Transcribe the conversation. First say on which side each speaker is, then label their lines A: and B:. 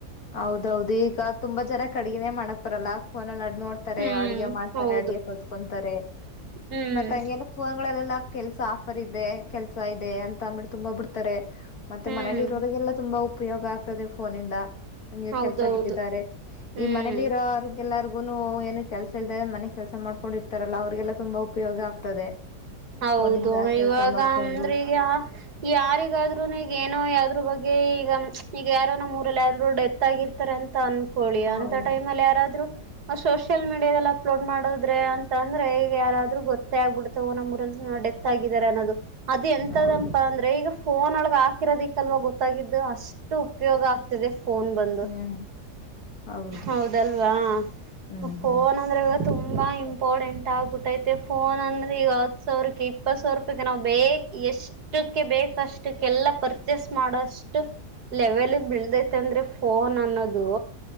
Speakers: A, on the left; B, on the right.
A: ಹೌದೌದು ಈಗ ತುಂಬಾ ಜನಕ್ ಅಡಿಗಿನೇ ಮಾಡಕ್ ಬರಲ್ಲ ಫೋನಲ್ ನೋ ನೋಡ್ತಾರೆ
B: ಹ್ಮ್
A: ಅಡ್ಗೆ ಮಾಡ್ತಾರೆ
B: ಹೌದು
A: ಅಡ್ಗೆ ಕಾಲ್ತ್ಕೊಂತಾರೆ
B: ಹ್ಮ್
A: ಮತ್ತ್ ಹಂಗೆನ್ ಫೋನ್ ಗಳಲ್ಲಲ್ಲ ಕೆಲ್ಸ ಆಫರ್ ಇದೆ ಕೆಲ್ಸ ಇದೆ ಅಂತ ಅಂದಬಿಟ್ಟ ತುಂಬಾ ಬಿಡ್ತಾರೆ. ಮತ್ತೆ
B: ಹ್ಮ್
A: ಮನೇಲಿ ಇರೋರಿಗೆಲ್ಲ ತುಂಬಾ ಉಪಯೋಗ ಆಗ್ತದೆ ಫೋನ ಇಂದಾ. ಹಂಗೆ
B: ಹೌದೌದು
A: ಕೆಲ್ಸ ಬಿಟ್ಟಿದ್ದಾರೆ
B: ಹ್ಮ್
A: ಈ ಮನೇಲಿ ಇರೋರ್ ಎಲ್ಲರ್ಗ್ ಯಾರೀಗುನು ಏನು ಕೆಲಸ ಇಲ್ದ ಮನೆ ಕೆಲಸ ಮಾಡ್ಕೊಂಡಿರ್ತಾರಲ್ಲ ಅವ್ರರಿಗೆಲ್ಲಾ ತುಂಬಾ ಉಪಯೋಗ ಆಗ್ತದೆ.
B: ಹೌದು
A: ಫೋನಿಂದ ಕೆಲ್ಸ
B: ಇವಾಗ
A: ಮಾಡ್ಕೊಂಡು
B: ಅಂದ್ರ ಈಗ ಯಾ ಯಾರಿಗಾದ್ರೂನು ಈಗ ಏನೋ ಎದರ ಬಗ್ಗೆ ಈಗ ಈಗ ಯಾರೋ ನಮ್ಮ್ ಊರಲ್ಲಿ ಯ ಆದ್ರು ಡೆತ್ ಆಗಿರ್ತಾರೆ ಅಂತ ಅನ್ ಕೋಳಿಯ
A: ಹೌದು
B: ಅಂತ ಟೈಮ್ ಅಲ್ಲಿ ಯಾರಾದ್ರು ಸೋಷಿಯಲ್ ಮೀಡಿಯಾದಲ್ಲಿ ಅಪ್ಲೋಡ್ ಮಾಡೋದ್ರೆ ಅಂತ ಅಂದ್ರೆ ಈಗ ಯಾರಾದ್ರರು ಗೊತ್ತೇ ಆಗ್ಬಿಡ್ತಾವೋ ನಮ. ಡೆತ್ ಆಗಿದ್ದಾರೆ ಅನ್ನೋದು ಅದು ಎಂತದಪ
A: ಹೌದು
B: ಅಂದ್ರೆ ಈಗ.. ಫೋನ್ ಒಳಗೆ ಹಾಕಿರೋದಿಕ್ಕಲ್ವ ಗೊತ್ತಾಗಿದ್ದು ಅಷ್ಟು ಉಪಯೋಗ ಆಗ್ತಿದೆ.. ಫೋನ್ ಬಂದು
A: ಹ್ಮ್ ಹೌದು
B: ಹೌದಲ್ವಾ
A: ಹ್ಮ್
B: ಫೋನ್
A: ಹ್ಮ್
B: ಅಂದ್ರೆ ತುಂಬ ಇಂಪಾರ್ಟೆಂಟ್ ಆಗಬಿಟ್ಟೈತೆ ಫೋನ್ ಅಂದ್ರೆ ಈಗ ಸಾವಿರಕ್ಕೆ ಇಪ್ಪತ್ತು ಸಾವರ ರೂಪೇಗೆ ನಾವ ಬೇಕ ಎಷ್ಟಕ್ಕೆ ಬೇಕ ಅಷ್ಟಕ್ಕೆಲ್ಲ ಪರ್ಚೇಸ್ ಮಾಡೋಷ್ಟು ಷ್ಟ ಲೆವೆಲ್ ಬಳದೈತೆ ಅಂದ್ರೆ ಫೋನ್ ಅನ್ನೋದು